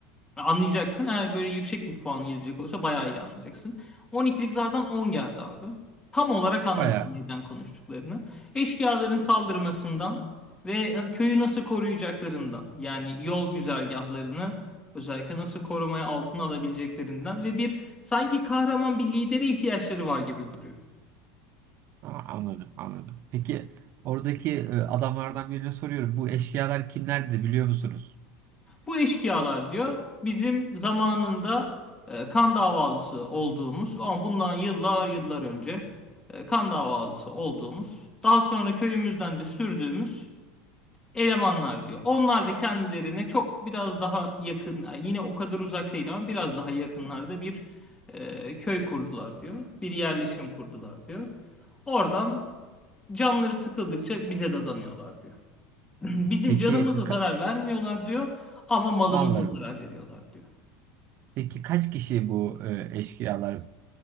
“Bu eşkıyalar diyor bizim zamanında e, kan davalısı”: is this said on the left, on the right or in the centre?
Left